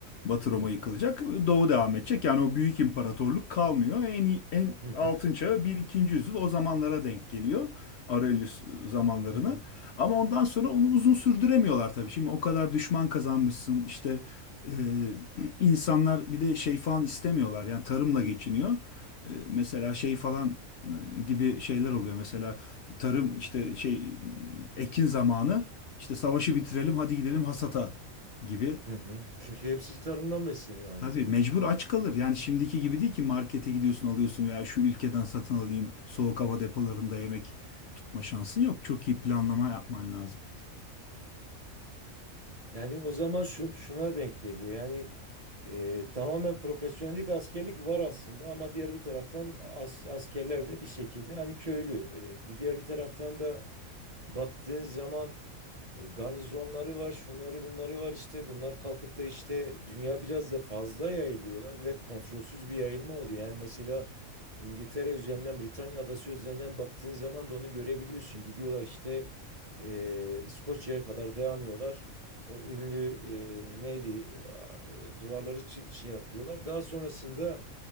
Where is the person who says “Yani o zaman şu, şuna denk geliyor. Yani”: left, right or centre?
Right